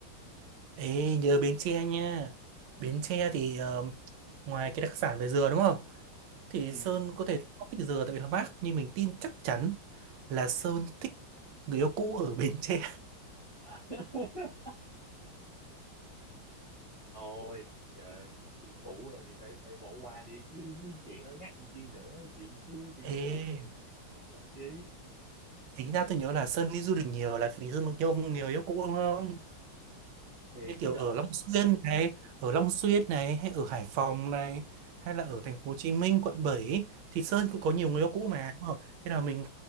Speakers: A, on the right; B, on the left.
A: Ê, nhớ Bến Tre nha. Bến Tre
B: Ừ.
A: thì ờm, ngoài cái đặc sản về dừa đúng không? Thì
B: ừ
A: Sơn có thể không thích dừa tại vì nó mát, nhưng mình tin chắc chắn là Sơn thích người yêu cũ ở Bến Tre.
B: <laughs> thôi trời chuyện cũ rồi thì phải phải bỏ qua đi chứ mấy chuyện đó nhắc làm chi nữa chuyện xưa chuyện
A: Ê.
B: cũ rồi mà nhắc mà nhắc làm chi
A: Tính ra tôi nhớ là Sơn đi du lịch nhiều là vì Sơn có nhiều người yêu cũ đúng không?
B: thì
A: Như kiểu
B: cái đợt
A: ở Long Xuyên này, ở Long Xuyên này, hay ở Hải Phòng này, hay là ở thành phố Hồ Chí Minh, quận 7 ý, thì Sơn cũng có nhiều người yêu cũ mà đúng không? Thế là mình